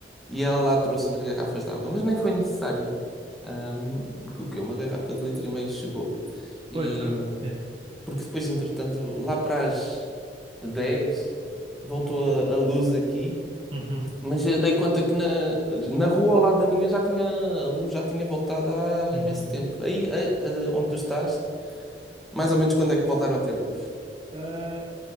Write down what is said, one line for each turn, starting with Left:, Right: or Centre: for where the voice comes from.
Centre: e ela lá trouxe umas garrafas de água, mas nem foi necessário. Ahm, que o quê? Uma garrafa de litro e meio chegou. E
Right: Pois, na verdade. Yeah.
Centre: porque depois, entretanto, lá para as 10 voltou
Right: Yeah.
Centre: a, a luz aqui,
Right: Uhum.
Centre: mas eu dei conta que na, na rua ao lado da minha já tinha, a luz já tinha voltado há
Right: Uhum.
Centre: imenso tempo. Aí, a- a- onde tu estás, mais ou menos quando é que voltaram a ter luz?
Right: Ah,